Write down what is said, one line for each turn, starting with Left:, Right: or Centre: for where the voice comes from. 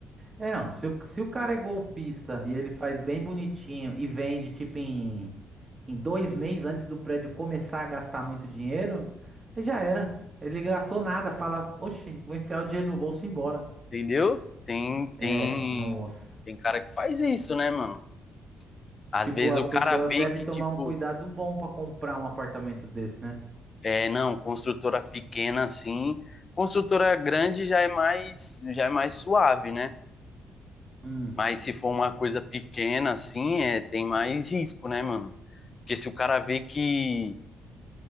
Right: É, não, se o, se o cara é golpista e ele faz bem bonitinho e vende, tipo, em, em dois meses antes do prédio começar a gastar muito dinheiro, aí já era. Ele gastou nada, fala, oxi, vou enfiar o dinheiro no bolso e ir embora.
Left: Entendeu? Tem, tem,
Right: É, nossa.
Left: tem cara que faz isso, né, mano? Às
Right: Tipo,
Left: vezes
Right: as
Left: o
Right: pessoas
Left: cara vê
Right: devem
Left: que,
Right: tomar
Left: tipo,
Right: um cuidado bom pra comprar um apartamento desse, né?
Left: é, não, construtora pequena assim, construtora grande já é mais, já é mais suave, né?
Right: Hum.
Left: Mas se for uma coisa pequena assim, é, tem mais risco, né, mano? Porque se o cara vê que